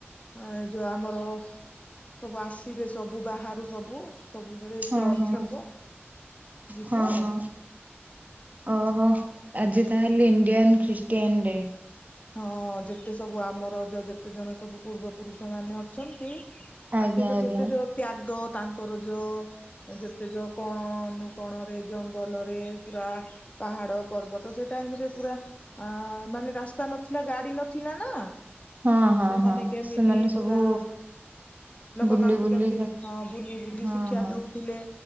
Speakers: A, on the left; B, on the right.
A: ଏଇ ଯୋଉ ଆମର ସବୁ ଆସିବେ ସବୁ ବାହାରୁ ସବୁ ସବୁଥିରେ
B: ହଁ
A: ଚର୍ଚ୍ଚ
B: ହଁ
A: ହବ ଯିବୁ
B: ହଁ
A: ଆଉ।
B: ହଁ ଓହୋ ଆଜି ତାହେଲେ ଇଣ୍ଡିଆନ ଖ୍ରୀଷ୍ଟିଆନ ଡେ।
A: ହଁ ଯେତେ ସବୁ ଆମର ଯେତେ ଜଣ ସବୁ ପୂର୍ବ ପୁରୁଷ ମାନେ ଅଛନ୍ତି।
B: ଆଜ୍ଞା
A: ତାଙ୍କେ ଯୋଉ
B: ଆଜ୍ଞା
A: ଯେତେ ଯୋଉ ତ୍ୟାଗ ତାଙ୍କର ଯୋଉ ଯେତେ ଯୋଉ କୋଣ ଅନୁକୋଣରେ ଜଙ୍ଗଲରେ ପୁରା ପାହାଡ଼ ପର୍ବତ ସେଟାଇମ୍ ରେ ପୁରା ଅ ମାନେ ରାସ୍ତା ନଥିଲା ଗାଡ଼ି ନଥିଲା ନା।
B: ହଁ ହଁ
A: ସେମାନେ
B: ହଁ
A: କେମିତି
B: ସେମାନେ ସବୁ
A: ପୁରା ଲୋକମାନଙ୍କୁ
B: ବୁଲି ବୁଲି
A: କେମିତି ହଁ ବୁଲି ବୁଲି
B: ହଁ
A: ଶିକ୍ଷା
B: ହଁ
A: ଦଉଥିଲେ।